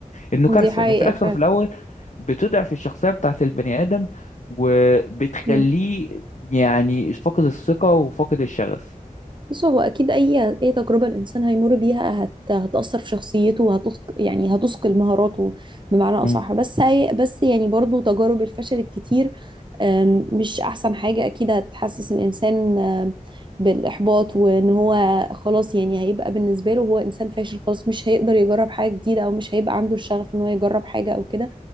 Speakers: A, on the left; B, on the right.
A: انه كارثه
B: دي حقيقة
A: انه في الاخر
B: فعلا
A: وفي الاول بتضعف الشخصيه بتاعت البني ادم وبتخليه
B: امم
A: يعني فاقد الثقه وفاقد الشغف
B: بص هو أكيد أي أي تجربة الإنسان هيمر بيها هت... هتأثر في شخصيته وهتثق يعني هتثقل مهاراته بمعنى أصح
A: مم.
B: بس هي... بس يعني برضو تجارب الفشل الكتير أم، مش أحسن حاجة أكيد هتحسس الإنسان أم، بالإحباط وإن هو خلاص يعني هيبقى بالنسبة له هو إنسان فاشل خلاص مش هيقدر يجرب حاجة جديدة أو مش هيبقى عنده الشغف إن هو يجرب حاجة أو كده